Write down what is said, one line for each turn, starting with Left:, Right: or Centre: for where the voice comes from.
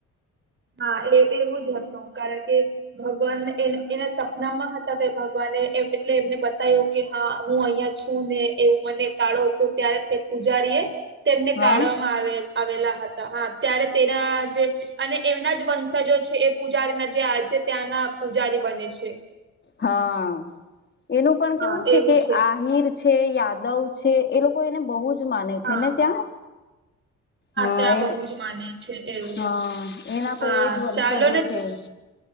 Right: હા એ એવું જ હતું કારણ કે ભગવાનને એના એના સપનામાં હતા તે ભગવાને એટલે એમને બતાય્વૂ કે હા હું અઈયા છું ને એવું મને કાઢો તો ત્યારે તે પૂજારીએ તેમને
Left: હા
Right: કાઢવામાં આવેલ આવેલા હતા હા ત્યારે તેના જે અને એમના જ વંશજો છે એ પૂજારીના જે આજે ત્યાંના પૂજારી બને છે.
Left: હા એનું પણ
Right: હા
Left: કેવું છે
Right: એવું
Left: કે આહિર છે યાદવ છે એ લોકો એને બહુ જ માને છે
Right: હા
Left: ને ત્યાં? હા
Right: ત્યાં
Left: એન
Right: બહુ જ માને છે એવું
Left: હા એના
Right: હા
Left: <unintelligible> એજ વંશજો
Right: ચાલો ને
Left: છે. <inaudible>